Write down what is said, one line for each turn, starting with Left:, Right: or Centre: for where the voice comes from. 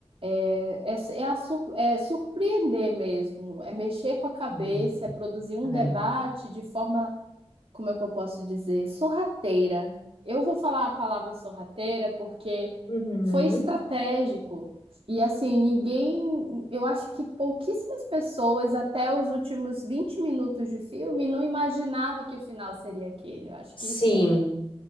Right: É, é é a sur- é surpreender mesmo, é mexer com a cabeça,
Left: Hum,
Right: é produzir um debate
Left: é.
Right: de forma, como é que eu posso dizer, sorrateira. Eu vou falar a palavra sorrateira porque
Left: Uhum.
Right: foi estratégico. E assim, ninguém, eu acho que pouquíssimas pessoas até os últimos 20 minutos de filme não imaginava que o final seria aquele. Eu acho que
Left: Sim,
Right: isso me,